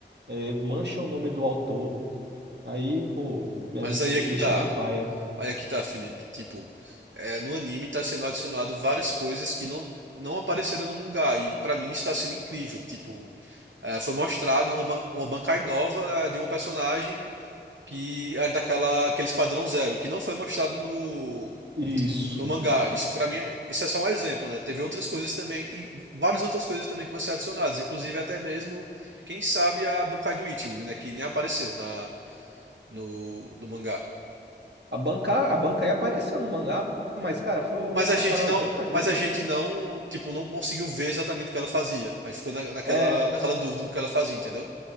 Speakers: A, on the right (about 65°); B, on the right (about 85°).
A: é, mancha o nome do autor, aí, pô,
B: Mas aí
A: é,
B: é que
A: deixa
B: tá.
A: bem paia.
B: Aí é que tá, Felipe. Tipo, é, no anime tá sendo adicionado várias coisas que não, não apareceram no mangá. E pra mim está sendo incrível. Tipo, É, foi mostrado uma, ban- uma Bankai nova ah, de uma personagem que era daquela aquele Esquadrão Zero, que não foi mostrado no,
A: Isso.
B: no mangá. Isso para mim, é- isso é só um exemplo, né? Teve outras coisas também e várias outras coisas também que vão ser adicionadas, inclusive até mesmo, quem sabe a Bankai do Ichigo, né, que nem apareceu na no, no mangá.
A: A banca, a Bankai apareceu no mangá, mas, cara, foi,
B: Mas
A: foi
B: a gente
A: uma parada
B: não
A: tão fajuta.
B: Mas a gente não, tipo, não conseguiu ver exatamente o que ela fazia. Aí ficou na- naquela,
A: É.
B: naquela dúvida do que ela fazia, entendeu?